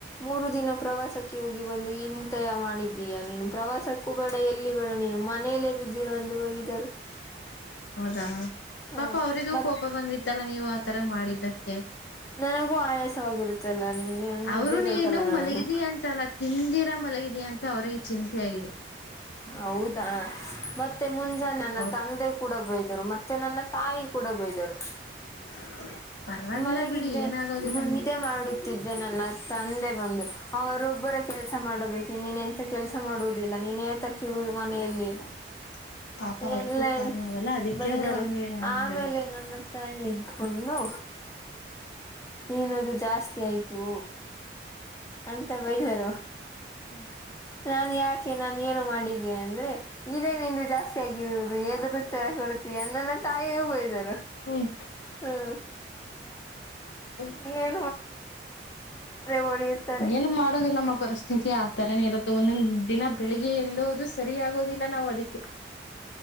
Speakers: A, on the left (about 15°); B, on the left (about 75°).
A: ಮೂರು ದಿನ ಪ್ರವಾಸಕ್ಕೆ ಹೋಗಿ ಬಂದು ಇಂತ ಮಾಡಿದ್ದೀಯಾ ನೀನು ಪ್ರವಾಸಕ್ಕೂ ಬ. ಎಲ್ಲಿ ಬೇಡ ನೀನು ಮನೆಯಲ್ಲೇ ಬಿದ್ದಿರು ಅಂತ ಬೈದರು.
B: ಹೌದಾ
A: ಹ
B: ಪಾಪ ಅವರಿಗೂ
A: ಮತ್
B: ಕೋಪ ಬಂದಿತ್ತಲ್ಲ ನೀವು ಆತರ ಮಾಡಿದ್ದಕ್ಕೆ.
A: ನನಗೂ ಆಯಾಸವಾಗಿರುತ್ತಲ್ಲ
B: ಅವರು
A: ನಿದ್ದೆ
B: ನೀನು
A: ಬೇಕಲ್ಲ ನನಗೂ
B: ಮಲಗಿದಿ ಅಂತಲ್ಲ ತಿಂದಿರ. ಮಲಗಿದೆಯಾ ಅಂತ ಅವರಿಗೆ ಚಿಂತೆೆಯಗಾಗಿದೆ.
A: ಹೌದಾ ಮತ್ತೆ ಮುಂಜಾನನ್ನ
B: ಹೌದು
A: ತಂದೆ ಕೂಡ ಬ. ಮತ್ತೆ ನನ್ನ ತಾಯಿ ಕೂಡ ಬಯ್ದರು.
B: <inaudible>
A: ಮಲಗಿದ್ದೆ
B: ಬಿಡಿ ಏನಾಗೋದಿಲ್ಲ
A: ಮುನ್ನಿದ್ದೆ
B: ನೀನ್
A: ಮಾಡ. ದೇ ನನ್ನ ತಂದೆ ಬಂದು ಅವರೊಬ್ಬರ ಕೆಲಸ ಮಾಡಬೇಕು ನೀನ್ ಎಂತ ಕೆಲಸ ಮಾಡುವುದಿಲ್ಲ. ನೀನೇ ತಕ್ಕಿರುದು ಮನೆಯಲ್ಲಿ.
B: <inaudible> ಪಾಪ ಅವ್ರಿಗೂ
A: ಎಲ್ಲ
B: ಕಾಲ ನೋವಲ್ಲ ಅದಕ್ಕೆ
A: ಬೈದರು
B: ಅವರು ಹಂಗೆ ಅಂದರಷ್ಟೇ.
A: ಆಮೇಲೆ ನನ್ನ ತಾಯಿ ಇದ್ಕೊಂಡು ಏನದು ಜಾಸ್ತಿ ಆಯ್ತು ಅಂತ ಬೈದಾರ.
B: ಹ್ಮ.
A: ನಾನು ಯಾಕೆ ನಾನು ಏನು ಮಾಡಿದ್ದಿದೆ ಅಂದ್ರೆ ಇದೇ ನಿಂದು ಜಾಸ್ತಿ ಆಗಿರುವುದು ಎದುರು ತರ ಕೊಡ. ಎಂದಲ್ಲ ತಾಯಿಯೂ ಬಯ್ದಾರ
B: ಹ್ಮ್
A: ಹ್ಮ.
B: ಹ್ಮ್
A: ಹ್ಮ. ಹೊಡೆಯುತ್ತಾರೆ
B: ಏನ್ ಮಾಡೋದು ನಮ್ಮ ಪರಿಸ್ಥಿತಿ ಆತರನ ಇರತ್ತ ಒಂದೊ. ದಿನ ಬೆಳಿಗ್ಗೆ ಎಲ್ಲೋದು ಸರಿ ಆಗೋದಿಲ್ಲ ನಾವು ಅದಕ್ಕೆ.